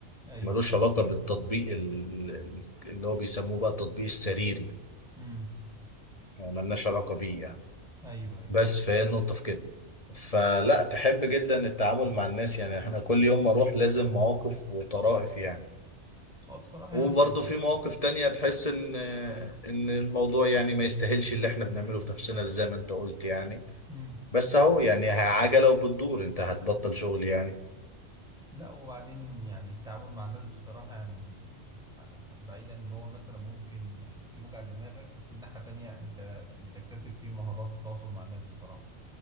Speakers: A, in the centre; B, on the left.
A: ايوه
B: ملوش
A: ايوه
B: علاقه بالتطبيق ال- ال- اللي هو بيسموه بقى التطبيق السريري
A: امم
B: يعني ملناش علاقه بيه يعني
A: ايوه ايوه
B: بس فهي النقطه في كده فلا تحب جدا التعامل مع الناس يعني احنا كل يوم ما اروح لازم مواقف وطرائف يعني
A: هو بصراحه
B: وبرضه
A: يعني ال...
B: في مواقف تانية تحس ان ان الموضوع يعني ما يستاهلش اللي احنا بنعمله في نفسنا زي ما انت قلت يعني
A: مم.
B: بس اهو يعني عجلة وبتدور انت هتبطل شغل يعني
A: لا وبعدين يعني التعامل مع الناس بصراحه يعني ح- بعيدا ان هو مثلا ممكن يوجع دماغك بس من ناحيه تانية انت بتكتسب فيه مهارات التواصل مع الناس بصراحه